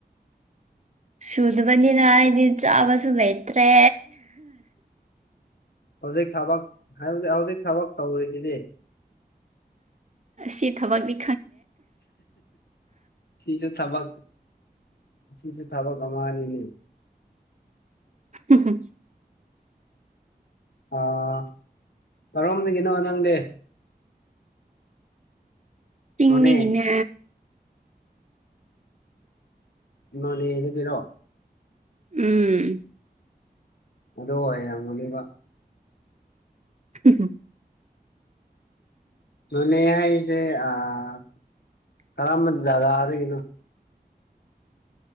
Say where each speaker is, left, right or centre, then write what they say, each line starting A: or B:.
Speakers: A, on the right (about 45°); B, on the left (about 80°).
A: ꯁꯨꯗꯕꯅꯤꯅ ꯑꯩꯗꯤ ꯆꯥꯕꯁꯨ ꯂꯩꯇ꯭ꯔꯦ
B: ꯍꯧꯖꯤꯛ ꯊꯕꯛ ꯍꯧꯖꯤꯛ ꯍꯧꯖꯤꯛ ꯊꯕꯛ ꯇꯧꯔꯤꯁꯤꯗꯤ
A: ꯁꯤ ꯊꯕꯛꯅꯤ
B: ꯁꯤꯁꯨ ꯊꯕꯛ ꯁꯤꯁꯨ ꯊꯕꯛ ꯑꯃꯅꯤ ꯑꯅꯤꯅꯦ
A: ꯎꯝ ꯍꯨꯝ
B: ꯑꯥ ꯀꯔꯣꯝꯗꯥꯒꯤꯅꯣ ꯅꯪꯗꯤ
A: ꯆꯤꯡꯗꯒꯤꯅꯦ
B: ꯅꯣꯅꯦ ꯅ‌ꯣꯅꯦ ꯗꯥꯒꯤꯔ‌ꯣ
A: ꯎꯝ
B: ꯑꯗꯣ ꯑ‌ꯣꯏꯔꯝ ꯃꯥꯅꯤꯕ
A: ꯍꯨꯝ ꯍꯨꯝ
B: ꯅ‌ꯣꯅꯦ ꯍꯥꯏꯁꯦ ꯑꯥ ꯀꯔꯝꯕ ꯖꯥꯒꯥꯗꯒꯤꯅ‌ꯣ꯫